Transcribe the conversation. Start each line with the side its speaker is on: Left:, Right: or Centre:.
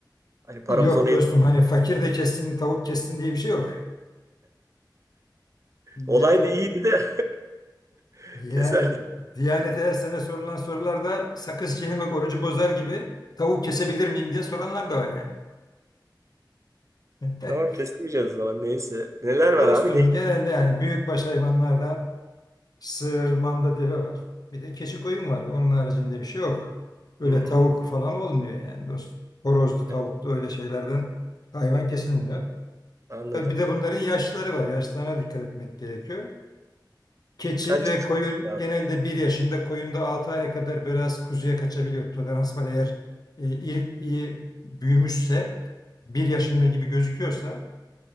Right: Hani paramız
Left: Yok
Right: ona
Left: dostum
Right: yet-
Left: hani fakir de kessin tavuk kessin diye bir şey yok.
Right: Olaydı
Left: Yani
Right: iyiydi de <laughs>
Left: yani
Right: keserdik.
Left: Diyanete her sene sorulan sorularda sakız çiğnemek orucu bozar gibi tavuk kesebilir miyim diye soranlar da var yani. <laughs>
Right: Tamam kesemeyeceğiz o zaman. Neyse. Neler var
Left: Dostum
Right: abi? Ne?
Left: genelde yani büyükbaş hayvanlardan sığır, manda, deve var. Bir de keçi koyun var. Onun haricinde bir şey yok. Öyle
Right: Hmm,
Left: tavuk falan olmuyor yani dostum. Horozlu, tavuklu
Right: evet,
Left: öyle şeylerden hayvan kesilmiyor.
Right: anladım.
Left: Tabii bir de bunların yaşları var. Yaşlarına dikkat etmek gerekiyor. Keçi
Right: Kaç
Left: ve koyun
Right: yıl oldu
Left: genelde
Right: abi?
Left: bir yaşında, koyun da 6 aya kadar biraz kuzuya kaçabiliyor. Tolerans var eğer e, ilik iyi büyümüşse, 1 yaşında gibi gözüküyorsa,